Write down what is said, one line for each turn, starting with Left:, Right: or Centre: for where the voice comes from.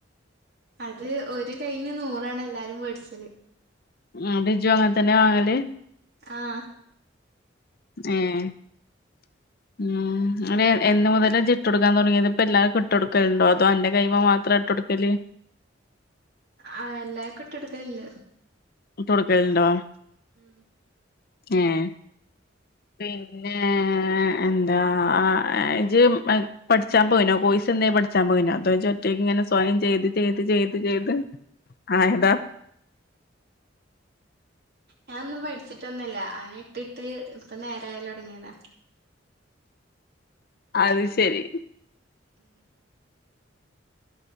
Right: അത് ഒരു കയ്യിന് നൂറാണ് എല്ലാരും വേട്ച്ചല്
Left: ന്നട്ട് ഇജു അങ്ങൻ തന്നെ വാങ്ങല്
Right: ആഹ്
Left: ഏഹ് ഉം ങ്ങട്ട് എന്ന് മുതലാ ജ്ട്ടൊടുക്കാൻ തൊടങ്ങിയത്, പ്പെല്ലാർക്കും ഇട്ടൊട്ക്കൽണ്ടോ അതോ അന്റെ കൈമ മാത്ര ട്ടൊട്ക്കല്
Right: ആ എല്ലാർക്കുട്ടൊട്ക്കൽണ്ട്
Left: ഇട്ടൊട്ക്കൽണ്ടോ
Right: ഉം
Left: ഏഹ് പിന്നേ എന്താ അ അ ജ് മ പഠിച്ചാൻ പോയിനോ കോഴ്സെന്തേ പഠിച്ചാൻ പോയിനോ, അതൊ ഇജൊറ്റയ്ക്ക് ഇങ്ങനെ സ്വയം ചെയ്ത് ചെയ്ത് ചെയ്ത് ചെയ്ത് ആയതാ
Right: ഞാനൊന്നും പഠിച്ചിട്ടൊന്നല്ല, അങ്ങനെ ഇട്ടിട്ട് ഇപ്പ നേരാവലൊട്ങ്ങിയതാ
Left: അത് ശരി
Right: മ